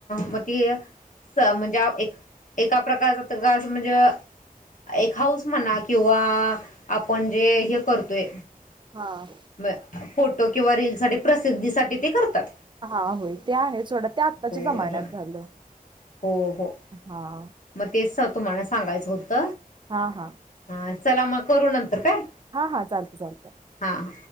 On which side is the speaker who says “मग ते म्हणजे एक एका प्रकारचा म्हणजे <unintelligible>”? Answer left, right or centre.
Left